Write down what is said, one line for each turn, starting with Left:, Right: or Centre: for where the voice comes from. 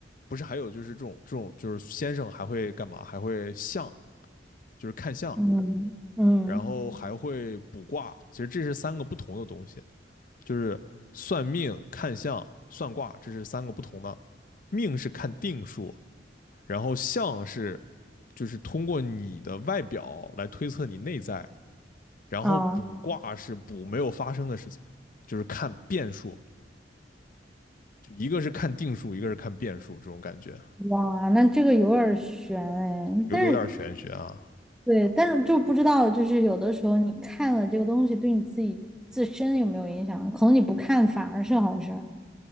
Left: 不是还有就是这种这种就是先生还会干嘛？还会相，就是看相。
Centre: 嗯嗯
Left: 然后还会卜卦，其实这是三个不同的东西，就是算命、看相、算卦，这是三个不同的。命是看定数，然后相是就是通过你的外表来推测你内在，然后卜卦是卜没有发生的事情，
Centre: 啊
Left: 就是看变数，就一个是看定数，一个是看变数，这种感觉
Centre: 哇，那这个有点儿悬哎，
Left: 有有点玄学啊。
Centre: 但是对，但是就不知道，就是有的时候你看了这个东西，对你自己自身有没有影响？可能你不看反而是好事儿。